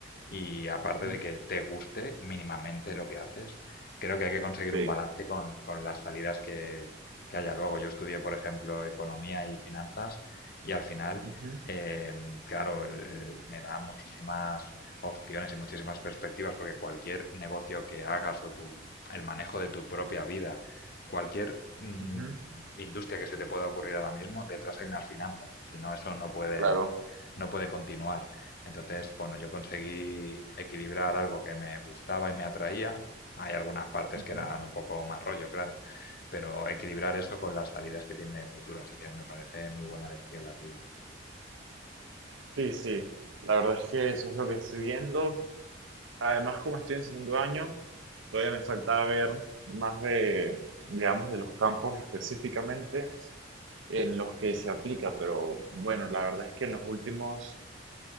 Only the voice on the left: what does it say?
y aparte
de que te guste mínimamente lo que haces, creo que hay que conseguir
un balance con, con las salidas que, que haya luego. Yo estudié, por ejemplo, economía y finanzas, y al final,
em, claro, el- el- me da muchísimas opciones y muchísimas perspectivas, porque cualquier negocio que hagas o tu, el manejo de tu propia vida, cualquier mm,
industria que se te pueda ocurrir ahora mismo, detrás hay unas finanzas. Si no, eso no puede,
no puede continuar. Entonces, bueno, yo conseguí equilibrar algo que me gustaba y me atraía. Hay algunas partes
que eran un poco más rollo, claro, pero equilibrar eso con las salidas que tiene de futuro. Así que me parece muy buena elección la tuya.